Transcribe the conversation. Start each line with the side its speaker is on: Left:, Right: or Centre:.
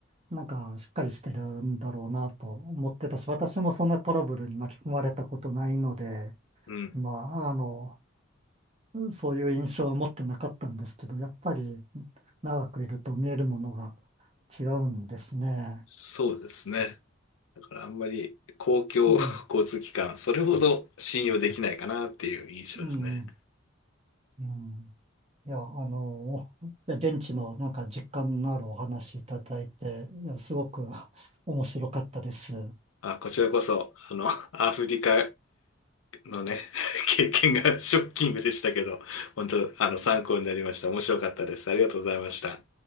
Right: なんか、しっかりしてるんだろうなと思ってたし、私もそんなトラブルに巻き込まれたことないので、
Left: うん。
Right: まあ、あの、そういう印象は持ってなかったんですけど、やっぱり長くいると見えるものが違うんですね。
Left: そうですね。だからあんまり公共
Right: うん、
Left: <laughs> 交通機関、それほど信用できないかなっていう印象ですね。
Right: うん、うん。いや、あの、いや現地のなんか実感のあるお話いただいて、いや、すごく <laughs> 面白かったです。
Left: あ、こちらこそ、あの、アフリカのね、<laughs> 経験がショッキングでしたけど、本当、あの、参考になりました。面白かったです。ありがとうございました。